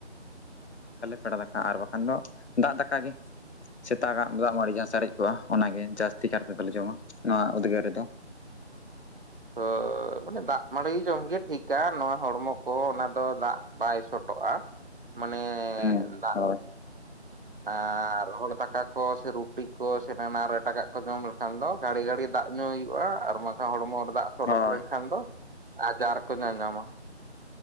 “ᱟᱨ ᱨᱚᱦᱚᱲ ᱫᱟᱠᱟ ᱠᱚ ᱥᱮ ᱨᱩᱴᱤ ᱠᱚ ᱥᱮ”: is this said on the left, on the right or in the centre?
Right